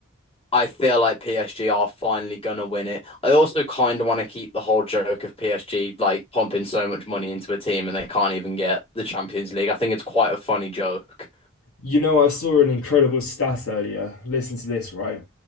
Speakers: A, on the left (about 25°); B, on the left (about 80°).
A: I feel like PSG are finally gonna win it. I also kind of want to keep the whole joke of PSG like pumping so much money into a team and they can't even get the Champions League. I think it's quite a funny joke.
B: You know, I saw an incredible stat earlier. Listen to this, right?